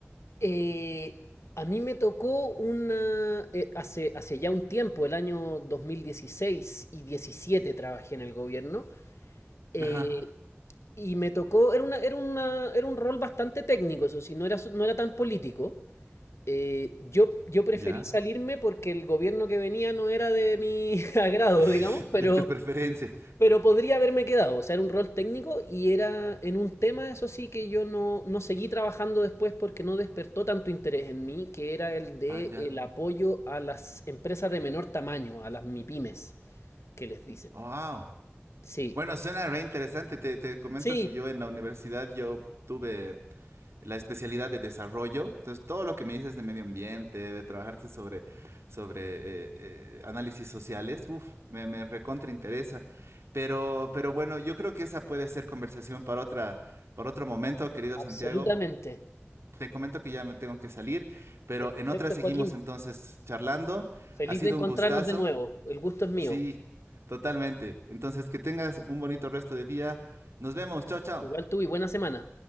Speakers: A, on the left; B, on the right.
A: Eh, a mí me tocó una, eh, hace, hace ya un tiempo, el año 2016 y 17 trabajé en el gobierno, eh,
B: Ajá,
A: Y me tocó, era, una, era, una, era un rol bastante técnico, eso sí, no era, no era tan político. Eh, yo, yo preferí
B: ya,
A: salirme porque el gobierno que venía no era de mi <laughs> agrado,
B: <laughs>
A: digamos, pero,
B: de tu preferencia.
A: pero podría haberme quedado. O sea, era un rol técnico y era en un tema, eso sí, que yo no, no seguí trabajando después porque no despertó tanto interés en mí, que era el de
B: Ah, ya.
A: el apoyo a las empresas de menor tamaño, a las mipymes que les dicen.
B: Wow.
A: Sí,
B: Bueno, suena re interesante. Te, te comento
A: sí,
B: que yo en la universidad yo tuve la especialidad de desarrollo. Entonces, todo lo que me dices de medio ambiente, de trabajarte sobre, sobre eh, eh, análisis sociales, uf, me, me recontra interesa. Pero, pero bueno, yo creo que esa puede ser conversación para otra, para otro momento, querido Santiago.
A: absolutamente.
B: Te comento que ya me tengo que salir, pero
A: Perfecto,
B: en otra seguimos
A: Joaquín.
B: entonces charlando.
A: Feliz
B: Ha sido
A: de encontrarnos
B: un gustazo.
A: de nuevo. El gusto es mío.
B: Sí, totalmente. Entonces, que tengas un bonito resto de día. Nos vemos. Chao, chao.
A: Igual tú y buena semana.